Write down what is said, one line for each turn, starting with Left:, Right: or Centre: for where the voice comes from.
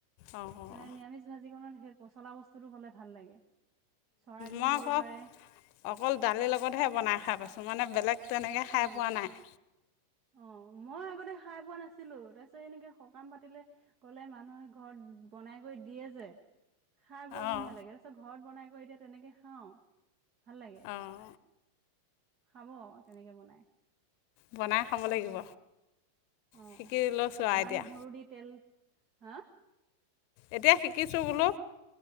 Left: অঁ
Right: মানে নিৰামিষ ভাজিকণত সেই, পচলা বস্তুটো হ'লে ভাল লাগে চৰাইবিন
Left: মই
Right: দিব
Left: আকৌ
Right: পাৰে
Left: অকল দালিৰ লগতহে বনাই খাই পাইছোঁ। মানে বেলেগ তেনেকে খাই
Right: অ'
Left: পোৱা নাই।
Right: অ মই আগতে খাই পোৱা নাছিলো। তাৰপিছত এনেকে সকাম পাতিলে গলে মানুহে ঘৰত বনাই কৰি দিয়ে যে, খাই বৰ
Left: অঁ
Right: ধুনীয়া লাগে। তাৰ পিছত ঘৰত বনাই এতিয়া তেনেকে খাওঁ। ভাল লাগে।
Left: অঁ
Right: খাব তেনেকে বনাই।
Left: বনাই খাব লাগিব।
Right: অ
Left: শিকি লৈছোঁ
Right: আদি
Left: আৰু এতিয়া
Right: নহুৰু দি তেল, হা
Left: এতিয়া শিকিছোঁ বোলো।